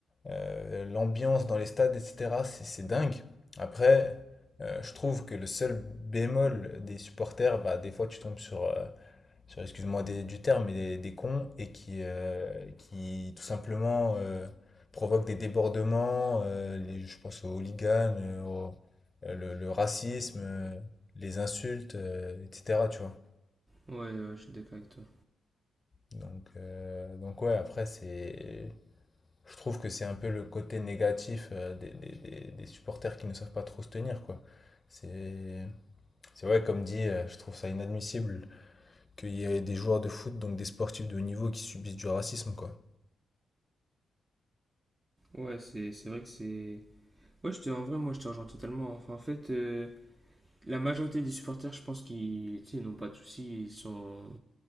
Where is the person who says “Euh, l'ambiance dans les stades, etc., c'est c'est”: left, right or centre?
Left